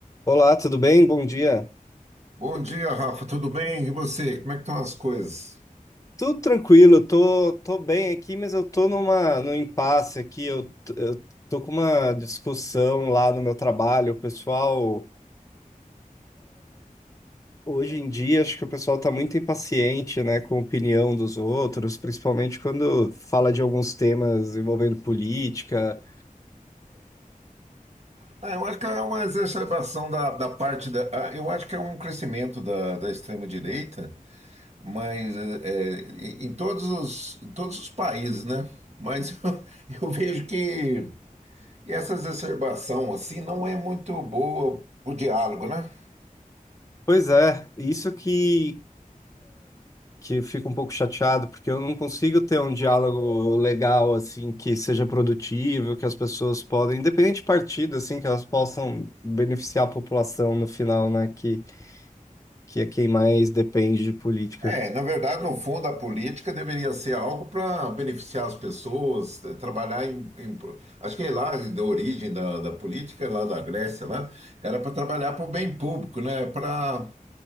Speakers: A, on the left; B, on the right.
A: Olá, tudo bem? Bom dia.
B: Bom dia, Rafa. Tudo bem? E você? Como é que estão as coisas?
A: Tudo tranquilo, tô, tô bem aqui, mas eu tô numa, num impasse aqui. Eu, t- eu tô com uma discussão lá no meu trabalho. O pessoal, hoje em dia, acho que o pessoal tá muito impaciente, né, com a opinião dos outros, principalmente quando fala de alguns temas envolvendo política.
B: Ah, eu acho que é uma exacerbação da, da parte da. ah, Eu acho que é um crescimento da, da extrema-direita, mas é, em em todos os, em todos os países, né? Mas <laughs> eu, eu vejo que essa exacerbação assim não é muito boa o diálogo, né?
A: Pois é, isso que, que fica um pouco chateado, porque eu não consigo ter um diálogo legal, assim, que seja produtivo, que as pessoas podem, independente de partido, assim, que elas possam beneficiar a população no final, né, que, que é quem mais depende de política.
B: É, na verdade, no fundo, a política deveria ser algo para beneficiar as pessoas, eh, trabalhar em, em- Acho que lá, da origem da, da política, lá da Grécia, lá, era para trabalhar para o bem público, né? Para,